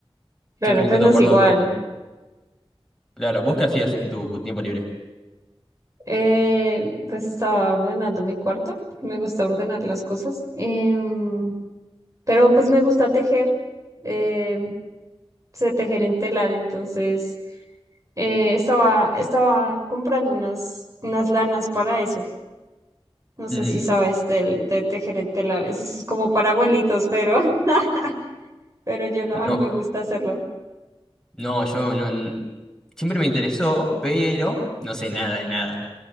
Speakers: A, on the right; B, in the centre.
A: Claro,
B: siempre intento
A: pues no
B: jugarlo
A: es igual.
B: con... Claro, ¿vos qué hacías en tu tiempo libre?
A: Eh, pues estaba ordenando mi cuarto. Me gusta ordenar las cosas. Em, pero pues me gusta tejer. Eh, sé tejer en telar, entonces eh, estaba, estaba comprando unas, unas lanas para eso. No sé
B: Mm,
A: si sabes del, de tejer el telar. Eso es como para abuelitos, pero, <laughs> pero yo lo,
B: no,
A: a mí me gusta hacerlo.
B: no, yo no... n- Siempre me interesó, pero no sé nada de nada.